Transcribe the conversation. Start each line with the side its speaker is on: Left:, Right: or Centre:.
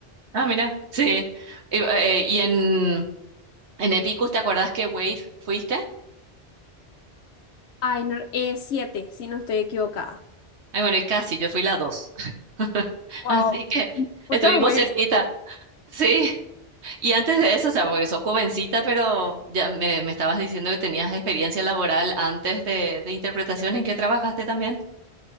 Right: Ah, mira, sí. Y, eh, y en, en Epicus, ¿te acordás que Wave fuiste?
Left: Ay, no, eh, siete, si no estoy equivocada.
Right: Ay, bueno, y casi, yo fui la dos, <laughs>
Left: Wow,
Right: así que
Left: muchas
Right: estuvimos
Left: waves.
Right: cerquita, sí. Y antes de eso, o sea, porque sos jovencita, pero ya me, me estabas diciendo que tenías experiencia laboral antes de, de interpretación, ¿en qué trabajaste también?